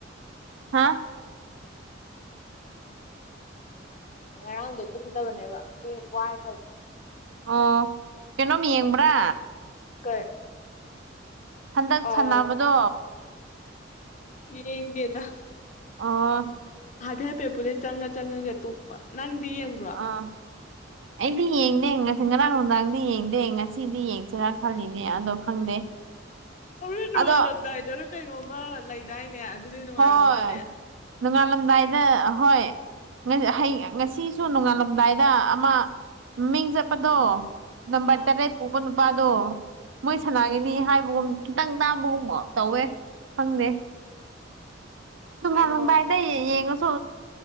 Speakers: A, on the right (about 75°); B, on the left (about 40°).
A: ꯍꯥꯥ
B: ꯉꯔꯥꯡꯗꯣ ꯇꯨꯝꯗꯕꯅꯦꯕ ꯋꯥꯏ
A: ꯑꯣ ꯀꯅꯣꯝ ꯌꯦꯡꯕ꯭ꯔꯥ
B: ꯀ
A: ꯍꯟꯗꯛ
B: ꯑꯥ
A: ꯁꯥꯟꯅꯕꯗꯣ
B: ꯌꯦꯡꯗꯤꯗ
A: ꯑ
B: ꯍꯥꯏꯐꯦꯠ ꯍꯥꯏꯐꯦꯠ ꯄꯨꯂꯩ ꯆꯪꯉ ꯆꯪꯉꯒꯦ ꯑꯇꯣꯞꯄ ꯅꯪꯗꯤ ꯌꯦꯡꯕ꯭ꯔꯣ
A: ꯑꯥ ꯑꯩꯗꯤ ꯌꯦꯡꯗꯦ ꯉꯁꯤ ꯉꯔꯥꯡ ꯅꯨꯡꯗꯥꯡꯗꯤ ꯌꯦꯡꯗꯦ ꯉꯁꯤꯗꯤ ꯌꯦꯡꯁꯤꯔꯥ ꯈꯜꯂꯤꯅꯦ ꯑꯗꯣ ꯈꯪꯗꯦ
B: ꯍꯣꯔ ꯂꯨꯉꯥꯜꯂꯝꯗꯥꯏꯗꯅ
A: ꯑꯗꯣ
B: ꯀꯩꯅꯣꯝꯃ ꯂꯩꯗꯥꯏꯅꯦ ꯑꯗꯨꯗꯤ ꯅꯨꯡꯉꯥꯏꯕ
A: ꯍꯣꯏ
B: ꯃꯥꯜꯂꯦ
A: ꯅꯣꯡꯉꯥꯜꯂꯝꯗꯥꯏꯗ ꯑꯍꯣꯏ ꯍꯌꯦꯡ ꯉꯁꯤꯁꯨ ꯅꯣꯡꯉꯥꯜꯂꯝꯗꯥꯏꯗ ꯑꯃ ꯃꯤꯡ ꯆꯠꯄꯗꯣ ꯅꯝꯕꯔ
B: ꯑꯥ
A: ꯇꯔꯦꯠ ꯄꯨꯣꯛꯕ ꯅꯨꯄꯥꯗꯣ ꯃꯣꯏ
B: ꯎꯝ
A: ꯁꯅꯥꯒꯤꯅꯤ ꯍꯥꯏꯕꯒꯨꯝ ꯈꯤꯇꯪ ꯇꯥꯕꯒꯨꯝꯕ ꯇꯧꯋꯦ ꯈꯪꯗꯦ
B: ꯀꯩꯅꯣ
A: ꯑꯗꯨꯗꯥꯏꯗ ꯌꯦꯡꯉ ꯁꯣ